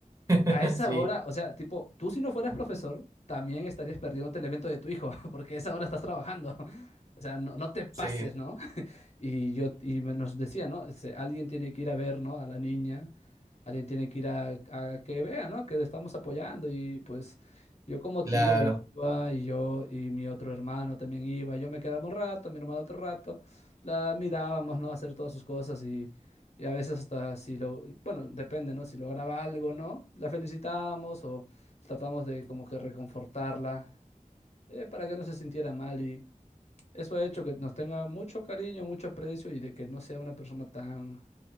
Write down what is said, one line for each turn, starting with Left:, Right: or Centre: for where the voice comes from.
Right: <laughs>
Left: a esa
Right: Sí,
Left: hora, o sea, tipo, tú si no fueras profesor, también estarías perdiéndote el evento de tu hijo, <laughs> porque a esa hora estás trabajando. <laughs> O sea, no, no te pases,
Right: sí,
Left: ¿no? Y yo y me- nos decía, ¿no? Dice, alguien tiene que ir a ver, ¿no? A la niña, alguien tiene que ir a, a que vea, ¿no? Que le estamos apoyando y pues yo como
Right: claro.
Left: tío iba y yo y mi otro hermano también iba, yo me quedaba un rato, mi hermano otro rato, la mirábamos, ¿no? Hacer todas sus cosas y, y a veces hasta si lo, bueno, depende, ¿no? Si lograba algo, ¿no? La felicitábamos o tratamos de como que reconfortarla, eh, para que no se sintiera mal y eso ha hecho que nos tenga mucho cariño, mucho aprecio y de que no sea una persona tan